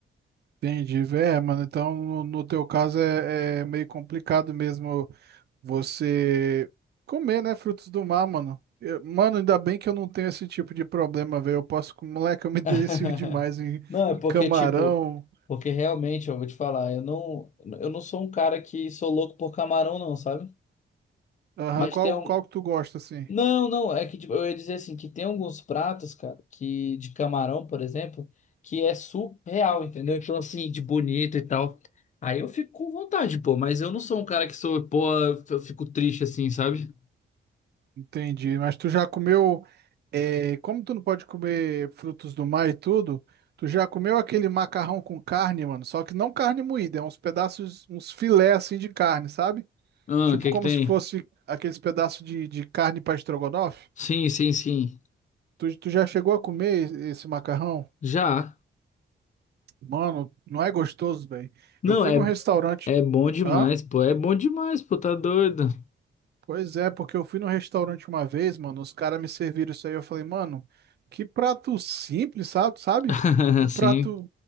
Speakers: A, on the right; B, on the left.
A: Entendi, é, mano. Então, no, no teu caso é, é meio complicado mesmo Você comer, né, frutos do mar, mano. Eu- mano, ainda bem que eu não tenho esse tipo de problema, velho. Eu posso, com- moleque, eu me <laughs> delicio
B: <laughs>
A: demais em,
B: Não, é
A: em
B: porque,
A: camarão.
B: tipo, porque realmente, eu vou te falar, eu não, eu não sou um cara que sou louco por camarão, não, sabe?
A: Aham,
B: Mas
A: Qual,
B: tem um.
A: qual que tu gosta, assim?
B: Não, não, é que tipo, eu ia dizer assim, que tem alguns pratos, cara, que de camarão, por exemplo, que é surreal, entendeu? Então, assim, de bonito e tal. Aí eu fico com vontade, pô, mas eu não sou um cara que sou, pô, eu fico triste assim, sabe?
A: Entendi. Mas tu já comeu, é, como tu não pode comer frutos do mar e tudo, tu já comeu aquele macarrão com carne, mano? Só que não carne moída, é uns pedaços, uns filé, assim, de carne, sabe?
B: Ah,
A: Tipo
B: o que
A: como
B: é que tem?
A: se fosse aqueles pedaços de, de carne para estrogonofe.
B: Sim, sim, sim.
A: Tu, tu já chegou a comer esse macarrão?
B: Já.
A: Mano, não é gostoso, velho.
B: Não,
A: Eu fui
B: é,
A: num restaurante.
B: é bom demais,
A: Hã?
B: pô. É bom demais, pô, tá doido.
A: Pois é, porque eu fui no restaurante uma vez, mano, os caras me serviram isso aí, eu falei, mano, que prato simples, sabe? Sabe?
B: <laughs>
A: Um
B: Sim.
A: prato,